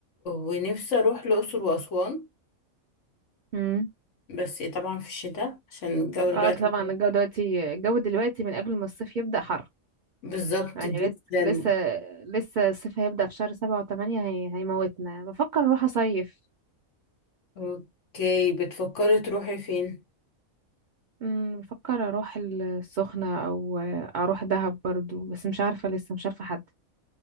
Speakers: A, on the left; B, on the right.
A: ونفسي اروح الاقصر واسوان
B: امم
A: بس طبعا في الشتاء عشان الجو دلوقتي
B: اه طبعا الجو دلوقتي الجو دلوقتي من قبل ما الصيف يبدأ حر
A: بالظبط
B: يعني
A: جدا
B: لسه لسه لسه الصيف هيبدأ في شهر سبعة وثمانية هي... هيموتنا بفكر اروح اصيف
A: اوكي بتفكري تروحي فين
B: امم بفكر اروح السخنة او اروح دهب برضو بس مش عارفة لسه مش عارفة حد